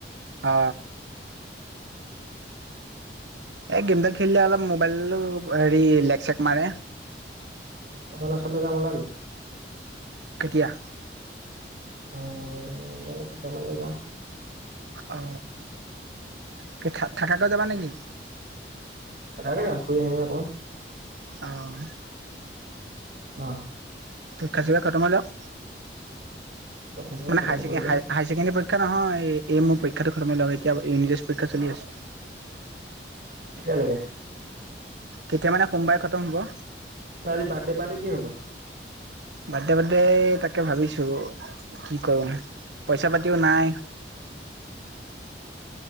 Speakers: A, on the right; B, on the right.
A: অ। এই গেমডাল খেলিলে অলপ মোবাইল অ হেৰি লেক চেক মাৰে।
B: অৰুণাচললৈ যাম ওলাবি?
A: কেতিয়া?
B: উম জানো কেতিয়া মানে যাওঁ।
A: অ কি থা থাকাকে যাবা নেকি?
B: থাকাকে যাম ফুৰি আহিম অকণমান।
A: আহ।
B: আহ।
A: পৰীক্ষা চৰীক্ষা খতম হৈ লওঁক।
B: পৰীক্ষা চৰীক্ষা
A: মানে
B: খতম
A: হাই ছেকেণ্ড
B: কৰি লওঁ।
A: হাই ছেকেণ্ডাৰী পৰীক্ষা নহয় এই এই মোৰ পৰীক্ষাটো খতম হৈ লওঁক এতিয়া ইংলিছ পৰীক্ষা চলি আছে।
B: কেতিয়ালৈকে?
A: কেতিয়া মানে সোমবাৰে খতম হ'ব।
B: আজি বাৰ্থডে পাৰ্টি কি হ'ব?
A: বাৰ্থডে বাৰ্থডে তাকে ভাবিছো কি কৰো পইচা পাতিও নাই।